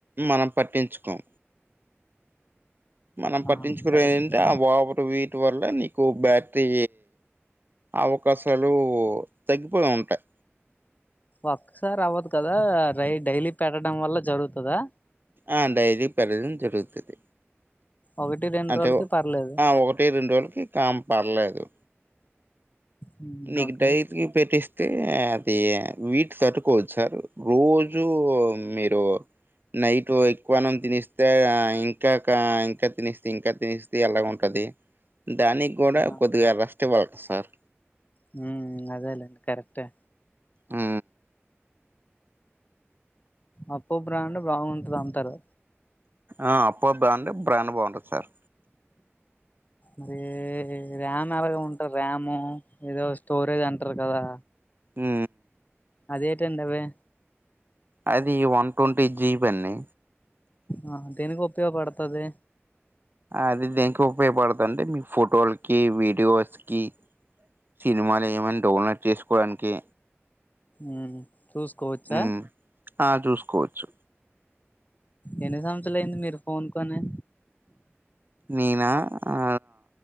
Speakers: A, on the right; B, on the left.
A: మనం పట్టించుకోం మనం
B: ఆ
A: పట్టించుకునేవి
B: కరెక్టే
A: ఉంటే అవి ఓవర్ వి టివల్ లో నీకు బ్యాటరీ అవకాశాలు తగ్గిపోయి ఉంటాయి
B: ఒక్కసారి అవ్వదు కదా డైలీ పెట్టడం వల్ల జరుగుతదా
A: ఆ డైరీ పెట్టడం జరుగుతుంది
B: ఒకటి రెండు
A: అంటే
B: రోజులకి పర్లేదు
A: ఆ ఒకటి రెండు రోజులకి కామ్ పర్లేదు
B: ఉమ్,
A: నీకుడై
B: ఓకే
A: <unintelligible> పెట్టిస్ తే అది హీట్ తట్టుకోవచ్చు సార్ రోజూ మీరు నైట్ ఎక్కువ అన్నం తినిస్తే ఇంకా కా తినెస్తే ఇంకా తినిస్తే ఎలా ఉంటది దానికి కూడ
B: ఆ,
A: కొద్దిగ రస్ట్ ఇవ్వాలి సార్
B: హు అదేలే కరక్ట్టె
A: హు
B: అప్ పో బ్రాండ్ బాగుంటది అంటారు
A: ఆ అప్ప బాండ్ బ్రాండ్ బాగుంటది సార్
B: మరి ర్యామ్ ఎలాగ ఉంటారు ర్యాము ఏదో స్టోరేజ్ అంటరు కదా
A: హు
B: అదేటండి అవే
A: అది వన్ ట్వంటీ జీబి అండి
B: ఆ దేనికి ఉపయోగపడుతది
A: అది దేనికో ఉపయోగపడుతుంది అండి మీ ఫోటోలకి వీడియోస్ కి సినిమాలు ఏమైన డౌన్లోడ్ చేసుకోవడానికి
B: ఉ చూసుకోవచ్చ
A: హ్మ్ ఆ చూసుకోవచ్చు
B: ఎన్ని సంవత్సరాలు అయింది మీరు ఫోన్ కొని
A: నేన ఆ